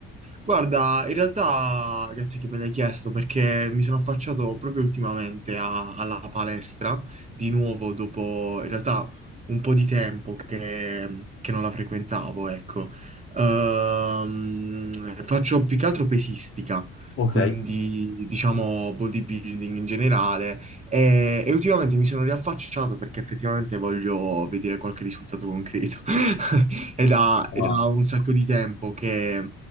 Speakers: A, on the right (about 25°); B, on the left (about 45°).
A: Guarda, in realtà, grazie che me l'hai chiesto perché mi sono affacciato proprio ultimamente a- alla palestra, di nuovo dopo in realtà un po' di tempo che, che non la frequentavo, ecco. Ehm, faccio più che altro pesistica,
B: Ok,
A: quindi
B: Eh,
A: diciamo bodybuilding in generale e, e ultimamente mi sono riaffacciato perché effettivamente voglio vedere qualche risultato concreto. <laughs> È da, è
B: ah,
A: da un sacco di tempo che